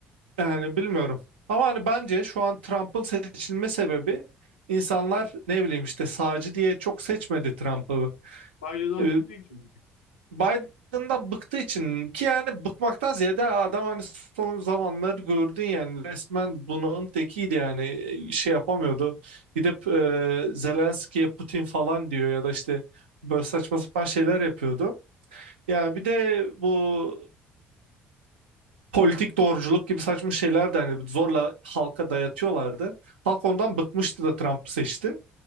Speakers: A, on the right; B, on the left.
A: yani bilmiyorum. Ama hani bence şu an Trump'ın seçilme sebebi insanlar ne bileyim işte sağcı diye çok seçmedi Trump'ı.
B: Biden'dan
A: E,
B: bıktığı için mi?
A: Biden'dan bıktığı için ki yani bıkmaktan ziyade adam hani son zamanları gördün yani resmen bunalım tekiydi yani e, şey yapamıyordu. Gidip e, Zelenski'ye Putin falan diyor ya da işte böyle saçma sapan şeyler yapıyordu. Yani bir de bu politik doğruculuk gibi saçma şeyler de hani zorla halka dayatıyorlardı. Halk ondan bıkmıştı da Trump'ı seçti.